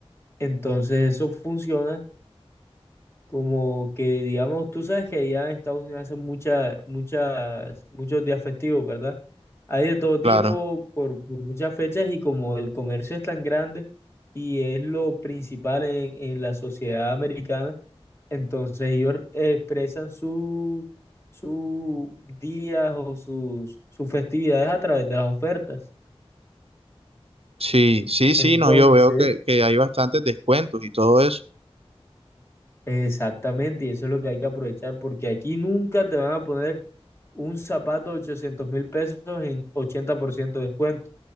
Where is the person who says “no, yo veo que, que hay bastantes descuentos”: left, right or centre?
Right